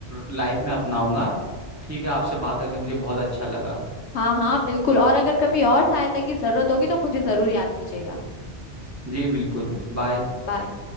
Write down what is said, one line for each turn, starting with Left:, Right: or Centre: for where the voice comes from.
Right: लाइफ में अपनाऊंगा ठीक है आपसे बात करके मुझे बहुत अच्छा लगा
Left: हाँ हाँ बिल्कुल और अगर कभी और सहायता की जरूरत होगी तो मुझे जरूर याद कीजिएगा
Right: जी बिल्कुल बाय
Left: बाय